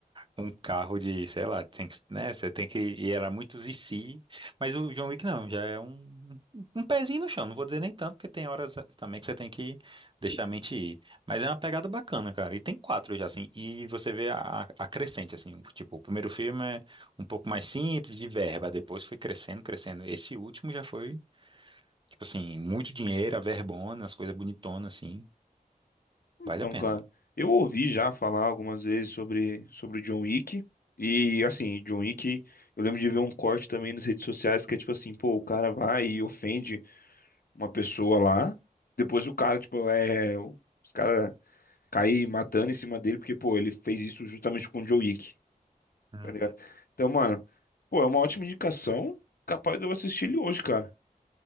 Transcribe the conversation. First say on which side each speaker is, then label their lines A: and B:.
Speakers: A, on the right (about 35°); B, on the left (about 80°).
A: um carro de, sei lá, tem que, né? Você tem que. E era muitos e se. Mas o John Wick não, já é um, um pezinho no chão. Não vou dizer nem tanto, porque tem horas também que você tem que deixar a mente ir. Mas é uma pegada bacana, cara. E tem quatro já, assim. E você vê a, a crescente, assim. Tipo, o primeiro filme é um pouco mais simples, de verba. Depois foi crescendo, crescendo. Esse último já foi, tipo assim, muito dinheiro, a verbona, as coisas bonitonas, assim.
B: Então,
A: Vale a pena.
B: cara, eu ouvi já falar algumas vezes sobre, sobre o John Wick. E, assim, John Wick, eu lembro de ver um corte também nas redes sociais que é tipo assim, pô, o cara vai e ofende uma pessoa lá. Depois o cara, tipo, é. Os caras caem matando em cima dele porque, pô, ele fez isso justamente com o John Wick.
A: Hum.
B: tá ligado? Então, mano, pô, é uma ótima indicação. Capaz de eu assistir ele hoje, cara.